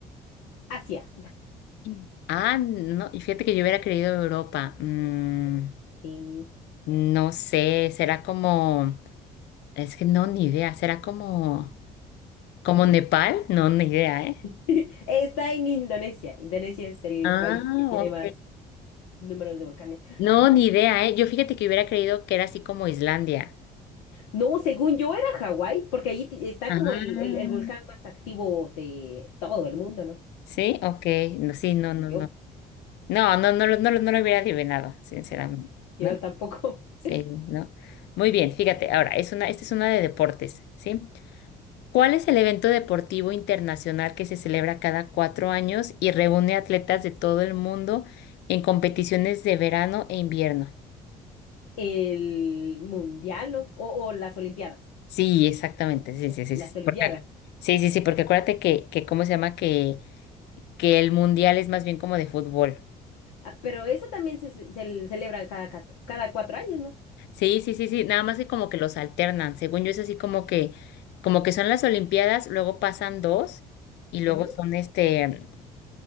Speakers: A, on the left; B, on the left.
A: Asia.
B: Mm. Ah, no, y fíjate que yo hubiera creído Europa. Mm,
A: Eh,
B: No sé, será como, es que no, ni idea, será como, como Nepal, no, ni idea, ¿eh?
A: <laughs> está en Indonesia. Indonesia es el
B: Ah,
A: país que tiene
B: ok.
A: más números de volcanes.
B: No,
A: Oye,
B: ni idea, ¿eh? Yo fíjate que hubiera creído que era así como Islandia.
A: No, según yo era Hawái, porque ahí ti- está
B: Ah,
A: como el, el, el volcán más activo de todo el mundo, ¿no?
B: sí, ok, no, sí,
A: Según
B: no, no,
A: yo.
B: no. No, no, no, lo- no, lo- no lo hubiera adivinado, sinceramente,
A: Yo
B: ¿no?
A: tampoco. <laughs>
B: Sí, ¿no? Muy bien, fíjate, ahora, es una, esta es una de deportes, ¿sí? ¿Cuál es el evento deportivo internacional que se celebra cada cuatro años y reúne atletas de todo el mundo en competiciones de verano e invierno?
A: El mundial, ¿no? O, o las Olimpiadas.
B: Sí, exactamente, sí, sí, sí,
A: Las
B: sí,
A: Olimpiadas.
B: porque, sí, sí, sí, porque acuérdate que, que, ¿cómo se llama? Que, que el mundial es más bien como de fútbol.
A: Ah, pero eso también se, ce- se celebran cada, cat- cada cuatro años, ¿no?
B: Sí, sí, sí, sí, nada más que como que los alternan, según yo es así como que, como que son las Olimpiadas, luego pasan dos y luego
A: Ujú,
B: son este,